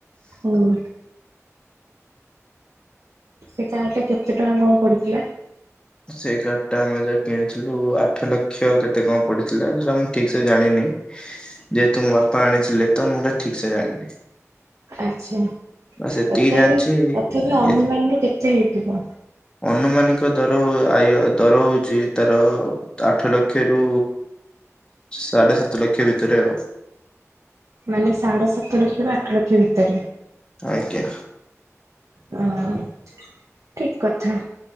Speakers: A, on the right; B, on the left.
A: ହୁଁ। ସେ କାରଟା କେତେ ଟଙ୍କା କଣ ପଡିଥିଲା?
B: ସେଇ କାର୍ଡ ଟା ଆମେ ଯ କିଣିଥିଲୁ ଆଠ ଲକ୍ଷ କେତେ କଣ ପଡିଥିଲା ସେ ସେଟା ମୁଁ ଠିକ ସେ ଜାଣିନି। ଯେହେତୁ ମୋ ବାପା ଆଣିଥିଲେ ତ ମୁଁଟା ଠିକ ସେ ଜାଣିନି।
A: ଆଛା ତଥାପି
B: ବାସ୍ ଏତିକି ଜାଣିଛି
A: ତଥାପି ଅନୁମାନ
B: ଏ
A: ରୁ କେତେ ହେଇଥିବ?
B: ଅନୁମାନିକ ଦର ଆ ଦର ହଉଛି ତାର ଆଠ ଲକ୍ଷ ରୁ ସାଢେ ସାତ ଲକ୍ଷ ଭିତରେ ଆ
A: ମାନେ ସାଢେ ସାତ ଲକ୍ଷରୁ ଆଠ ଲକ୍ଷ ଭିତରେ?
B: ଆଜ୍ଞା।
A: ହ ଠିକ କଥା।